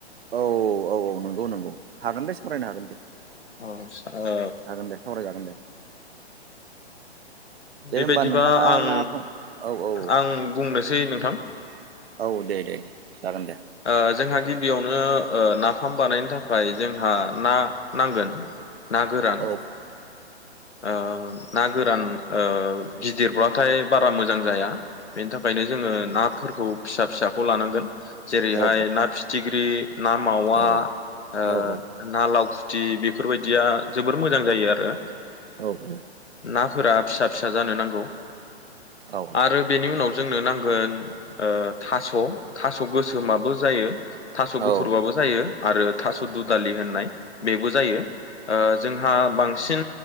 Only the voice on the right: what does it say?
औ औ औ नंगौ नंगौ हागोन दे सावरायनो हागोन दे
हागोन दे सावरायजागोन दे दे
होमबा नोंथाङा
नाफाम औ औ
औ दे दे दे जागोन दे
औ
औ
औ
औ
औ औ
औ
औ